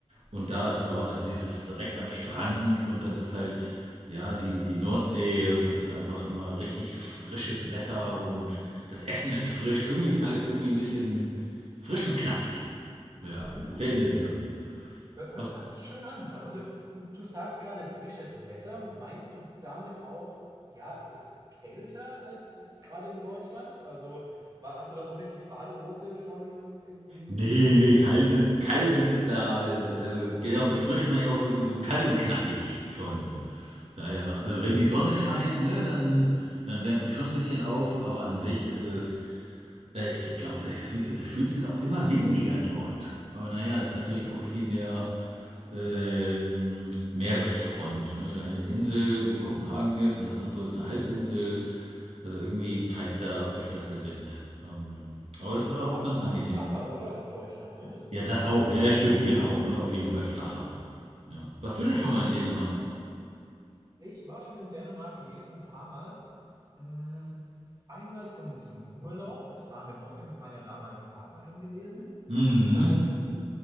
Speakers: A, on the right; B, on the right.
A: und da ist aber, also es ist direkt am Strand und das ist halt, ja, die, die Nordsee und das ist einfach immer richtig frisches Wetter und das Essen ist frisch. Irgendwie ist alles irgendwie ein bisschen frisch und knackig. Ja,
B: Hm,
A: gefällt mir sehr.
B: Hör, hör-
A: Was,
B: hört sich schön an. Also du, du du sagst gerade frisches Wetter. Meinst du damit auch, ja, ist es ist kälter als es gerade in Deutschland? Also warst du da so richtig Badehose schon im, im
A: Nee,
B: Meer
A: nee, kalt
B: oder?
A: ist, kalt ist es da, äh, also genau mit frisch meine ich auch so, so kalt und knackig schon. Ja, ja. Also wenn die Sonne scheint, ne, dann, dann wärmt die schon ein bisschen auf, aber an sich ist es, äh, ich glaube, gefühlt ist es auch immer windiger dort. Aber naja, ist natürlich auch viel mehr ähm, Meeresfront. Ne? Eine Insel, wo Kopenhagen ist, und das andere ist eine Halbinsel. Also irgendwie pfeift da öfters der Wind. Ähm, aber
B: Ich,
A: es war
B: ich
A: auch
B: sag
A: ganz
B: auch mal
A: angenehm.
B: flacher, oder? Als Deutschland, ne? Es ist,
A: Ja, das
B: es ist
A: auch.
B: flacher.
A: Ja, ja, stimmt, genau. Und auf jeden Fall flacher. Ja. Warst du denn schon mal in Dänemark?
B: Ich war schon in Dänemark gewesen, ein paar Mal. Mm, Einmal zum, zum Urlaub. Das war eine Woche mit meiner damaligen Partnerin gewesen.
A: Mhm.
B: Und